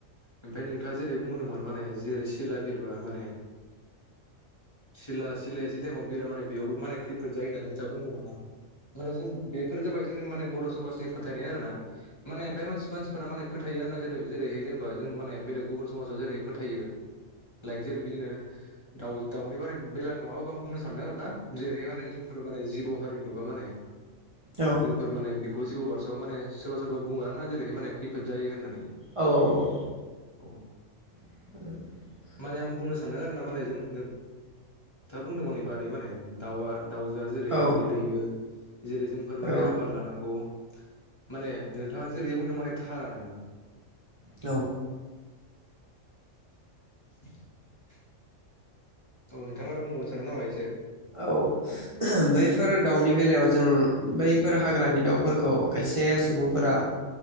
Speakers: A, on the left; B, on the right.
A: ओमफ्राय नोंथाङा जेरै बुंदोंमोन माने जेरै सिला बिरबा माने सिला सिलाया जि टाइमाव बिरा मानो बेयावबो माने खैफोद जायो होननानै नोंथाङा बुंदों माने माने जों बेफोर जाबाय जोंनि माने बर' समाजनि फोथायनाय आरो ना। माने ओमफ्राय मानसि मानसि फोरा माने फोथायो आरो ना जेरै जेरै जेनेबा जों माने बेलेग गुबुन समाजा जेरै फोथायो। लाइक जेरै बिदिनो दाउ दाउनि बारै बेला नङाबाबो आं बुंनो सानदों आरो ना। जेरैहाय माने जोंफोर माने जिब' <unintelligible> माने
B: औ
A: जोंफोर माने बि खौ जिबौ बारस'आव माने सोरबा सोरबा बुङो आरोना जेरैहाय माने खैफोद जायो होननानै।
B: औ औ औ
A: औ
B: <inaudible>
A: माने आं बुंनो सानदों आरो ना माने जों खोथा बुंदों माने बादै माने दाउआ दाउजोआ जेरै
B: औ
A: दाउदै दैयो जेरै जोंफोर माने
B: औ
A: आबाद लानांगौ। माने नोंथाङा जेरै बुंदों माने थारानो।
B: औ
A: <inaudible> औ नोंथाङा आरो बुंबावनो सानदों नामा एसे?
B: औ बैफोर दाउनि बेलायाव जों बैफोर हाग्रानि दाउफोरखौ खायसे सुबुंफोरा